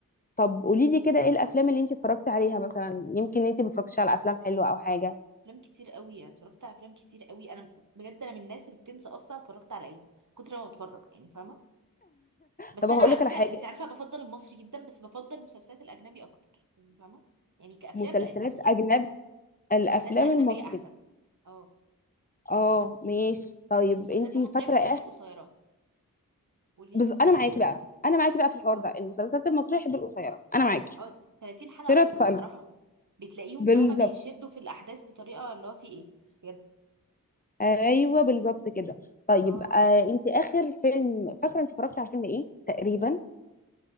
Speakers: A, on the left; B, on the right.
A: طب قولي لي كده ايه الافلام اللي انت اتفرجتي عليها مثلا يمكن انت ما اتفرجتيش على افلام حلوه او حاجه
B: افلام كتير قوي اتفرجت على افلام كتير قوي انا بجد انا من الناس اللي بتنسى اصلا اتفرجت على ايه كتر ما بتفرج يعني فاهمه بس
A: طب هقول
B: انا على
A: لك
B: فكره
A: على حاجه
B: انت عارفه بفضل المصري جدا بس بفضل المسلسلات الاجنبي اكتر يعني فاهمه يعني كافلام
A: مسلسلات
B: لا المصري
A: اجنب الافلام
B: المسلسلات الاجنبيه
A: المصريه
B: احسن اه
A: اه ماشي طيب
B: والمسلسلات
A: انت
B: المصريه
A: فاكره
B: بحب
A: ايه
B: القصيره قوليلي
A: بز... انا معاكي بقى انا معاكي بقى في الحوار
B: اه
A: ده المسلسلات المصريه بحب القصيره انا معاكي
B: اه 30 حلقه
A: كده
B: اوفر
A: اتفقنا
B: بصراحه بتلاقيهم
A: بالظبط
B: فاهمه بيشدوا في الاحداث بطريقه اللي هو في ايه بجد
A: ايوه بالظبط كده طيب
B: اه
A: آه انت اخر فيلم فاكره انت اتفرجتي على فيلم ايه تقريبا